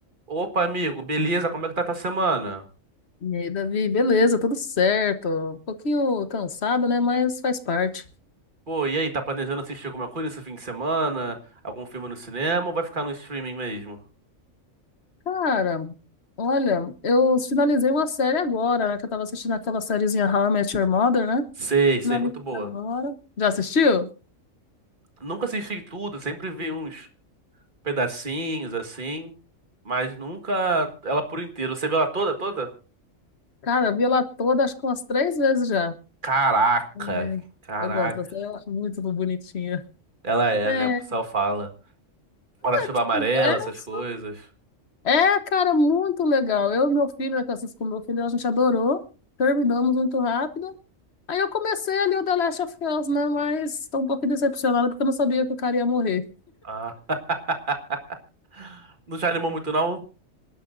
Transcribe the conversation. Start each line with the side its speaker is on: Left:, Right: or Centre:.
Right: Opa, amigo, beleza? Como é que tá tua semana?
Left: E aí, Davi, beleza, tudo certo. Um pouquinho cansado, né? Mas faz parte.
Right: Pô, e aí, tá planejando assistir alguma coisa esse fim de semana? Algum filme no cinema ou vai ficar no streaming mesmo?
Left: Cara, olha, eu finalizei uma série agora, né? Que eu tava assistindo aquela sériezinha How I Met Your Mother, né?
Right: Sei, sei,
Left: Finalizei
Right: muito boa.
Left: agora. Já assistiu?
Right: Nunca assisti tudo, sempre vi uns pedacinhos assim, mas nunca ela por inteiro. Você viu ela toda, toda?
Left: Cara, eu vi ela toda, acho que umas três vezes já.
Right: Caraca,
Left: Uhum.
Right: caraca.
Left: Eu gosto dessa, eu acho muito bonitinha.
Right: Ela é,
Left: É,
Right: né? O pessoal fala. Guarda-chuva
Left: tipo,
Right: amarela,
Left: essa.
Right: essas coisas.
Left: É, cara, muito legal. Eu e meu filho, né, que eu assisto com meu filho, a gente adorou. Terminamos muito rápido. Aí eu comecei ali o The Last of Us, né? Mas tô um pouquinho decepcionada porque eu não sabia que o cara ia morrer.
Right: Ah. <laughs> Não te animou muito, não?